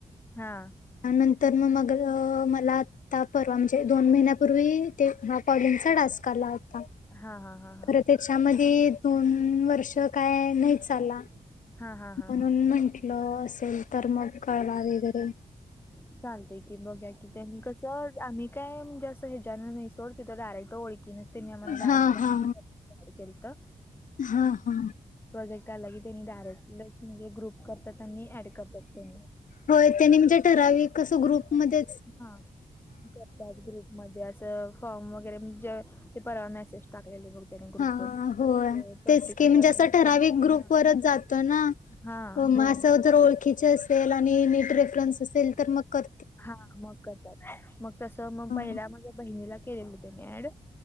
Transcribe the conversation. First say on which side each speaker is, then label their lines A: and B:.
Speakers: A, on the left; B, on the left.
A: हा.
B: त्यानंतर मग मग मला त्या परवा म्हणजे दोन महिन्यापूर्वी ते हा कॉलिंग चा टास्क आला होता.
A: हा हा हा.
B: खरं त्याच्यामध्ये दोन वर्ष काय नाहीच. चला म्हणून
A: हा हा हा हा
B: म्हंटलं असेल तर मग कळवा वगैरे
A: चालते की बगा की त्यांनी कसं आम्ही काय म्हजे असं ह्याच्याानना नाही सोड त तर डायरेक्ट ओळखीन तेनही आम्हला
B: हा
A: डायरेक्ट
B: हा
A: मंदी कॉल केलता.
B: हा हा.
A: प्रोजेक्ट आला कि त्यानी डायरेक्ट च ग्रुप करतात आणि ऍड करतात त्यांनी
B: होय त्यांनी म्हणजे ठराविक कसं ग्रुपमध्ये
A: हा करतात ग्रुप मध्ये असं फॉर्म वगैरे म्हणजे ते परवा मेसेज टाकलेले बघ त्याने ग्रुपवर
B: हा
A: ते
B: होय
A: पर्टिक्युलर
B: तेच की म्हणजे असं
A: आहेत
B: ठराविक
A: ते
B: ग्रुप
A: हा
B: वरच जातो ना.
A: हा होय
B: मा असं
A: होय
B: जर ओळखीच असेल आणि नीट रेफरन्स असेल तर मग कर
A: हा मग करतात मग तस मग
B: हा
A: पहिल्या बहिणीला केलेलं त्यानी ऍड